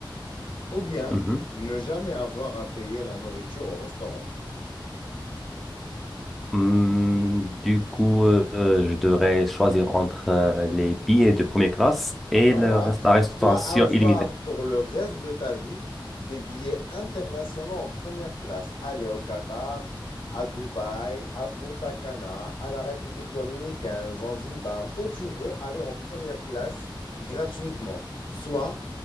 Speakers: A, on the left; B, in the centre.
A: ou bien
B: Mhm.
A: ne jamais avoir à payer la nourriture au restaurant?
B: Hmm, du coup, euh, je devrais choisir entre euh, les billets de première classe et
A: Voilà.
B: le rest- la restauration
A: Soit avoir
B: illimitée.
A: pour le reste de ta vie des billets internationaux en première classe. Aller au Qatar, à Dubaï, à Punta Cana, à la République dominicaine, Zanzibar, où tu veux aller en première classe gratuitement. Soit